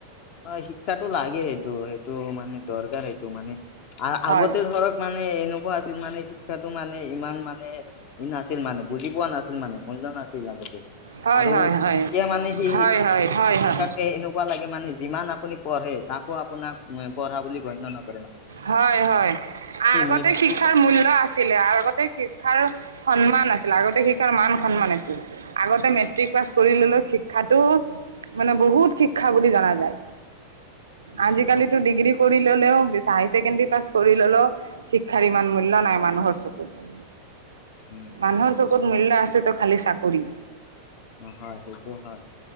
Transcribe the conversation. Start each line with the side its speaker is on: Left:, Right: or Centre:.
Left: অ শিক্ষাটো লাগে সেইটো সেইটো মানে দৰকাৰ সেইটো মানে।
Right: হয়,
Left: আগতে ধৰক মানে এনেকুৱা আছিল মানে। শিক্ষাতটো মানে ইমান মানে ই নাছিল মানে বুজি পোৱা নাছিল মানে মূল্য নাছিল আগতে
Right: হয়,
Left: আৰু
Right: হয়, হয়।
Left: এতিয়া মানে সি
Right: হয়, হয়, হয়, হয়,
Left: ততে এনেকুৱা লাগে মানে। যিমান আপুনি পঢ়ে তাকো আপোনাক পঢ়া বুলি গণ্য নাপায়।
Right: হয়, হয় আগতে
Left: মেট্ৰিক
Right: শিক্ষাৰ
Left: পাছ
Right: মূল্য় আছিলে আগতে শিক্ষাৰ। সন্মান আছিল আগতে শিক্ষাৰ মান সন্মান আছিল আগতে মেট্ৰিক পাছ কৰি ললেও শিক্ষাটো। মানে বহুত শিক্ষা বুলি জনা যায়
Left: উম,
Right: আজিকালিতো
Left: হ-
Right: ডিগ্ৰী কৰি ললেও বে। হাই ছেকেণ্ডাৰী পাছ কৰি ললেও শিক্ষাৰ ইমান মূল্যৰ নাই মানুহৰ চকুত।
Left: উম,
Right: মানুহৰ চকুত মূল্য আছে ত খালি চাকৰি।
Left: হয় সেইটো হয়।